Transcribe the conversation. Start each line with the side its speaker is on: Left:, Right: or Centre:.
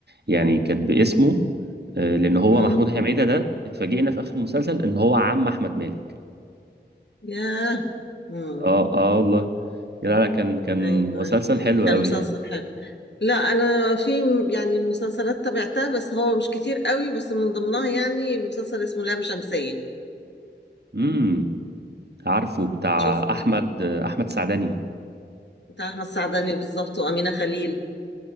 Right: يعني كانت باسمه آه، لأن هو
Left: مم.
Right: محمود حميدة ده اتفاجئنا في آخر المسلسل إن هو عم أحمد مالك
Left: ياه مم.
Right: اه اه والله لا لا كان كان
Left: ايوه
Right: مسلسل
Left: ايوه
Right: حلو
Left: كان
Right: قوي
Left: مسلسل
Right: يعني
Left: حلو لا انا في م- يعني مسلسلات تابعتها بس هو مش كتير قوي بس من ضمنها يعني مسلسل اسمه لام شمسية
Right: امم عارفه بتاع
Left: شفت
Right: احمد احمد سعدني
Left: بتاع احمد سعداني بالظبط وامينة خليل